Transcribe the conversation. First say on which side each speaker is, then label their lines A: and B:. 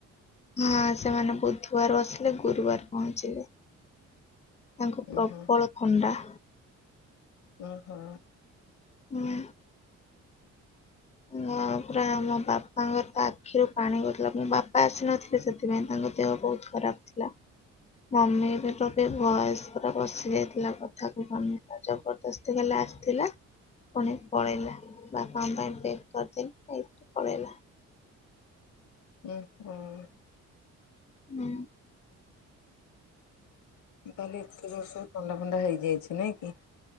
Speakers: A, on the left (about 25°); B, on the left (about 75°).
A: ହଁ ସେମାନେ ବୁଧୁବାରୁ ଆସିଲେ ଗୁରୁବାରେ ପହଞ୍ଚିଲେ। ତାଙ୍କୁ
B: ଉଁ
A: ପ୍ରବଳ
B: ହୁଁ
A: ଥଣ୍ଡା।
B: ଓହୋ।
A: ହୁଁ। ହଁ ପୁରା ମୋ ବାପାଙ୍କର ତ ଆଖିରୁ ପାଣି ଗଳୁଥିଲା ମୋ ବାପା ଆସିନଥିଲେ ସେଥିପାଇଁ ତାଙ୍କ ଦେହ ବହୁତ୍ ଖରାପ ଥିଲା। ମମିର ବି ଭଏସ ପୁରା ବସି ଯାଇଥିଲା କଥା କହିପାରୁନଥିଲା ଜବର ଦସ୍ତି ଖାଲି ଆସିଥିଲା ପୁଣି ପଳେଇଲା ବାପାଙ୍କ ପାଇଁ ପେକ୍ କରିଦେଲି ନେଇକି ପଳେଇଲା।
B: ଉଁ ହୁଁ।
A: ହୁଁ।
B: ତାହେଲେ ଏତେ ଜୋର ସବୁ ଥଣ୍ଡା ଫଣ୍ଡା ହେଇଯାଇଚି ନାଇଁ କି?